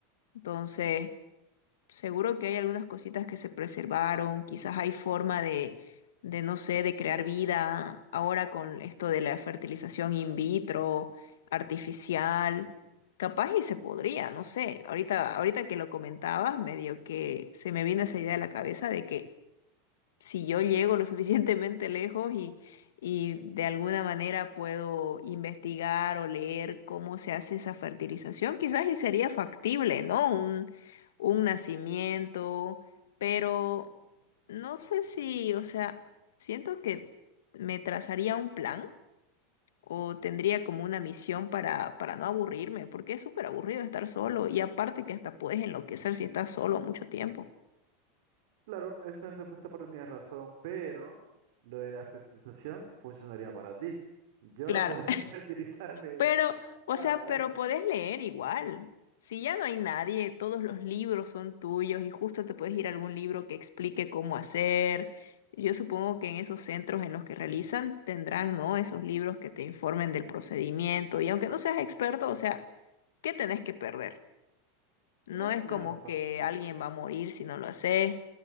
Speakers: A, on the left; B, on the right.
A: Entonces, Seguro que hay algunas cositas que se preservaron, quizás hay forma de, de, no sé, de crear vida ahora con esto de la fertilización in vitro, artificial, capaz y se podría, no sé, ahorita, ahorita que lo comentabas, medio que se me vino esa idea a la cabeza de que si yo llego lo <laughs> suficientemente lejos y, y de alguna manera puedo investigar o leer cómo se hace esa fertilización, quizás y sería factible, ¿no? Un, un nacimiento, pero no sé si, o sea, siento que me trazaría un plan. O tendría como una misión para, para no aburrirme, porque es súper aburrido estar solo y aparte que hasta puedes enloquecer si estás solo mucho tiempo.
B: Claro, esa, esa esa parte tienes razón, pero lo de la fertilización funcionaría para ti. Yo
A: Claro,
B: no podría <laughs> fertilizarme
A: Pero, o
B: nada,
A: sea,
B: la verdad.
A: pero podés leer igual. Si ya no hay nadie, todos los libros son tuyos y justo te puedes ir a algún libro que explique cómo hacer. Yo supongo que en esos centros en los que realizan tendrán, ¿no? Esos libros que te informen del procedimiento. Y aunque no seas experto, o sea, ¿qué tenés que perder? No
B: Pues
A: es
B: tienes
A: como
B: razón.
A: que alguien va a morir si no lo haces.